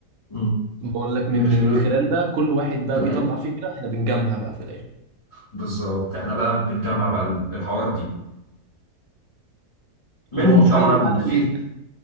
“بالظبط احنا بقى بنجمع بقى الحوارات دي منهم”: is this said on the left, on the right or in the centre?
Left